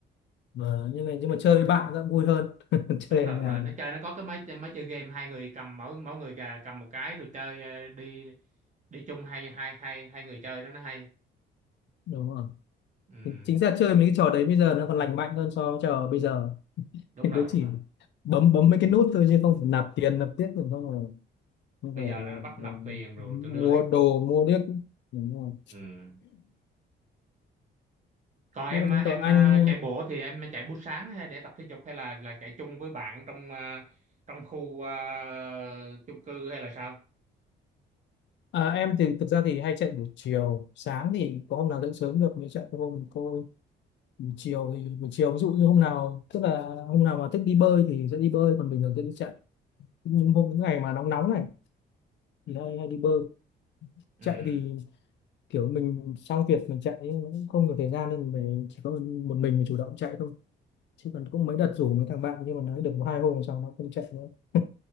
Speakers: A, on the left; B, on the right.
A: Vâng, nhưng mà, nhưng mà chơi với bạn cũng vui hơn <laughs> chơi
B: đúng rồi
A: ở nhà
B: đúng rồi nó chơi nó có cái máy chơi máy chơi game hai người cầm mỗi mỗi người gà- cầm một cái rồi chơi ờ, đi đi chung hai hai hai hai người chơi đó nó hay
A: đúng rồi
B: ừ,
A: chính ra chơi mấy cái trò đấy bây giờ nó còn lành mạnh hơn so với trò bây giờ <laughs>
B: đúng
A: nó
B: rồi đúng
A: chỉ
B: rồi
A: bấm bấm mấy cái nút thôi chứ không phải nạp tiền nạp tiếp rồi không rồi không
B: bây
A: phải
B: giờ
A: ờ,
B: là nó bắt nạp tiền rồi tụi
A: mua
B: lưa hết
A: đồ mua điếc đúng rồi
B: ừ. còn em
A: biết là chứng
B: à, em
A: tỏ anh
B: à, chạy bộ thì em chạy buổi sáng hay để tập thể dục hay là là chạy chung với bạn trong à, trong khu à, chung cư hay là sao
A: ờ, à, em thì thực ra thì hay chạy buổi chiều sáng thì có hôm nào dậy sớm được mới chạy có hôm cô buổi chiều thì buổi chiều ví dụ như hôm nào tức là hôm nào mà thích đi bơi thì sẽ đi bơi còn bình thường sẽ đi chạy nhưng hôm những ngày mà nóng nóng này thì hay hay đi bơi
B: ừ
A: chạy thì kiểu mình xong việc mình chạy ấy, nó cũng không nhiều thời gian nên mình chỉ có một mình mình chủ động chạy thôi chứ còn cũng mấy đợt rủ mấy thằng bạn nhưng mà nó được một hai hôm sau nó không chạy nữa <laughs>